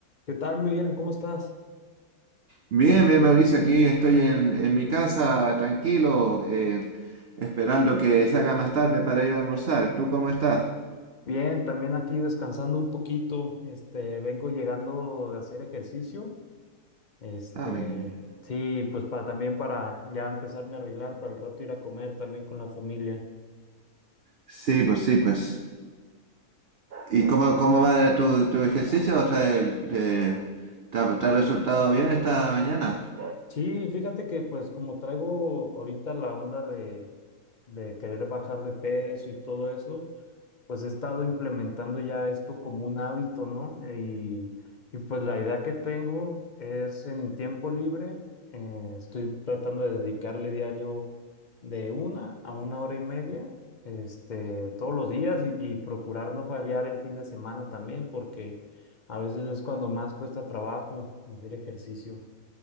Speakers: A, on the left; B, on the right.
A: ¿Qué tal, Miguel? ¿Cómo estás?
B: Bien, bien, Mauricio, aquí estoy en, en mi casa, tranquilo, eh, esperando que se haga más tarde para ir a almorzar. ¿Tú cómo estás?
A: Bien, también aquí descansando un poquito. Este, vengo llegando de hacer ejercicio. Este,
B: Ah, mi querido.
A: sí, pues para también para ya empezarme a arreglar para el rato ir a comer también con la familia.
B: Sí, pues sí, pues. ¿Y cómo, cómo va tu, tu ejercicio? O sea, el- eh, ¿te ha, te ha resultado bien esta mañana?
A: Sí, fíjate que pues como traigo ahorita la onda de de querer bajar de peso y todo eso, pues he estado implementando ya esto como un hábito, ¿no? Y, y pues la idea que tengo es en mi tiempo libre, eh, estoy tratando de dedicarle diario de una a una hora y media, este, todos los días y, y procurar no fallar el fin de semana también, porque a veces es cuando más cuesta trabajo hacer ejercicio.